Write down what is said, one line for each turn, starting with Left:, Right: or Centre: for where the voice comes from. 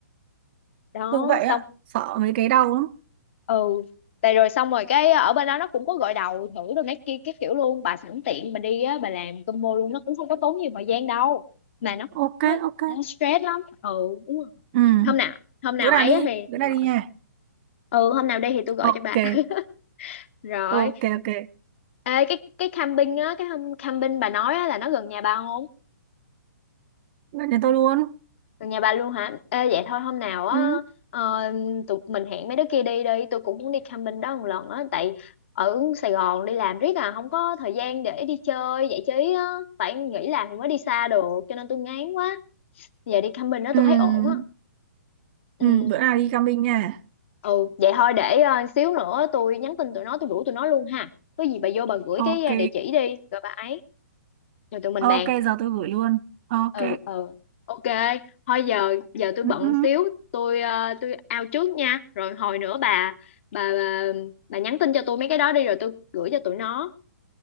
Left: đó
Right: tôi cũng vậy ạ
Left: xong
Right: sợ mấy cái đau lắm
Left: ừ tại rồi xong rồi cái ở bên đó nó cũng có gội đầu thử đồ này kia cái kiểu luôn bà sẵn tiện bà đi á bà làm combo luôn nó cũng không có tốn nhiều thời gian đâu mà nó
Right: ok
Left: nó,
Right: ok
Left: nó stress lắm ừ đúng rồi
Right: ừ
Left: hôm nào hôm
Right: bữa
Left: nào
Right: nào
Left: ấy
Right: đi
Left: á thì
Right: bữa
Left: tôi
Right: nào
Left: gọi
Right: đi nha
Left: ừ hôm nào đi thì tôi gọi
Right: ok
Left: cho bà <laughs> rồi
Right: ok ok
Left: Ê, cái cái camping á cái hôm camping bà nói á, là nó gần nhà bà không
Right: bạn nhà tôi luôn
Left: Từ nhà bà luôn hả? Ê vậy thôi hôm nào á
Right: ừ
Left: ờ, tụi mình hẹn mấy đứa kia đi đi, tôi cũng muốn đi camping đó một lần á tại ở Sài Gòn đi làm riết à không có thời gian để đi chơi giải trí á, phải nghỉ làm thì mới đi xa được cho nên tôi ngán quá. Giờ đi camping đó
Right: Ừ,
Left: tôi thấy ổn á. Ừ,
Right: ừ, bữa nào đi camping nha.
Left: ừ vậy thôi để ờ, xíu nữa tôi nhắn tin tụi nó tôi rủ tụi nó luôn ha. Có gì bà vô bà gửi
Right: Ok,
Left: cái ờ, địa chỉ đi rồi bà ấy rồi tụi mình
Right: ok,
Left: bàn.
Right: giờ tôi gửi luôn. Ok,
Left: ừ ừ ok thôi giờ giờ tôi
Right: ừ,
Left: bận
Right: ừ.
Left: xíu tôi ờ, tôi out trước nha rồi hồi nữa bà bà bà, bà nhắn tin cho tôi mấy cái đó đi rồi tôi gửi cho tụi nó